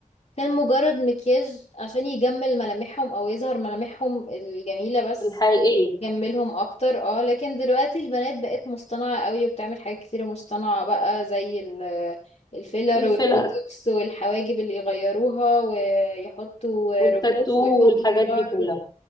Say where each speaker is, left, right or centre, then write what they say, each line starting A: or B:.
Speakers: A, on the left; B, on the left.
A: كان مجرد مكياج عشان يجمل ملامحهم او يظهر ملامحهم الجميلة بس
B: الحقيقيه
A: جملهم اكتر اه لكن دلوقتي البنات بقت مصطنعة قوي وبتعمل حاجات كتيرة مصطنعة بقى زي ال- الفيلر
B: الفيلر
A: والبوتوكس والحواجب اللي يغيروها ويحطوا
B: والتاتو
A: رموش ويحطوا
B: والحاجات
A: شعر
B: دي كلها